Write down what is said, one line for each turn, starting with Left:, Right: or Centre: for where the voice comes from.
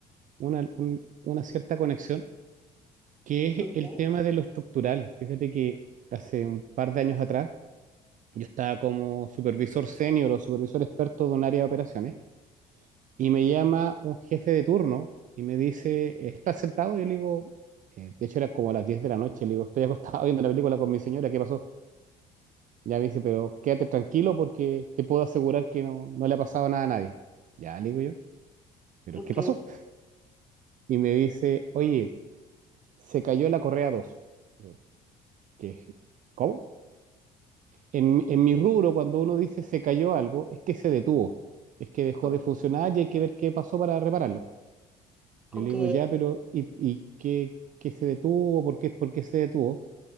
Right: una, un- una cierta conexión, que es
Centre: Ok,
Right: el tema de lo estructural. Fíjate que hace un par de años atrás, Yo estaba como supervisor senior o supervisor experto de un área de operaciones y me llama un jefe de turno y me dice, ¿estás sentado? Yo le digo, eh, de hecho era como a las 10 de la noche, le digo, estoy acostado <laughs> viendo la película con mi señora, ¿qué pasó? Ya me dice, pero quédate tranquilo porque te puedo asegurar que no, no le ha pasado nada a nadie. Ya le digo yo, ¿pero
Centre: ok,
Right: qué pasó? Y me dice, oye, se cayó la correa dos Yo, ¿Qué? ¿Cómo? En, en mi rubro, cuando uno dice se cayó algo, es que se detuvo, es que dejó
Centre: o-
Right: de funcionar y hay que ver qué pasó para repararlo.
Centre: ok.
Right: Yo le digo, ya, pero ¿y, y qué, qué se detuvo? ¿Por qué, por qué se detuvo?